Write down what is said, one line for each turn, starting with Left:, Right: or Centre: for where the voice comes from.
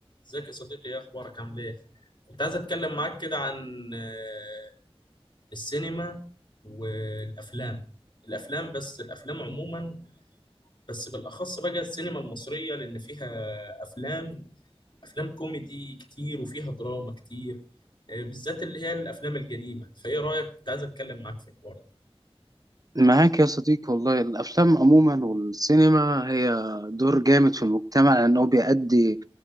Left: ازيك يا صديقي ايه اخبارك عامل ايه كنت عايز اتكلم معاك كده عن آه، السينما والافلام الافلام بس الافلام عموما بس بالاخص بقى السينما المصرية لان فيها افلام افلام كوميدي كتير وفيها دراما كتير آه، بالذات اللي هي الافلام القديمة فايه رايك كنت عايز اتكلم معاك في الحوار
Right: معاك يا صديقي والله الأفلام عموما والسينما هي دور جامد في المجتمع لأنه بيأدي